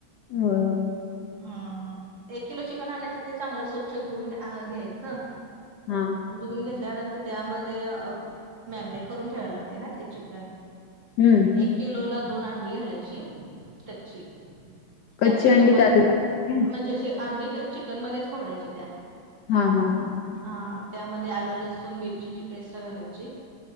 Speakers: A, on the left; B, on the right.
A: हो
B: ह एक किलो चिकन आणायचं ते चांगलं स्वच्छ धुन घ्यायचं.
A: हा
B: धुून घेतल्यानंतर त्यामध्ये मॅगिनेट करून ठेवायला लागते ना ते चिकन
A: हम्म
B: एक किलो ला दोन अंडी घालायची कच्ची त्यात
A: कच्ची
B: चिकन
A: अंडी
B: म
A: त्यात घालायची काय
B: म्हणजे अे अंडी चिकनमध्येध्येच फोडायची त्या
A: हा हा हा
B: हा त्यामध्ये आलं लसण मिरचीची पेस्ट घालायची